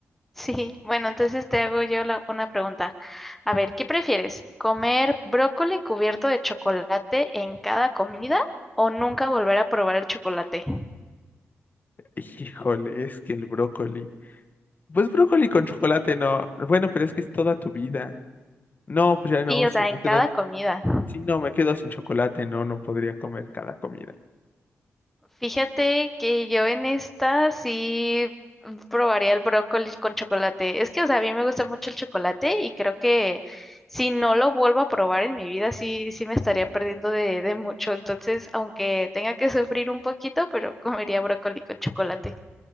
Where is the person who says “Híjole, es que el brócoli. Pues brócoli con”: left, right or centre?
Left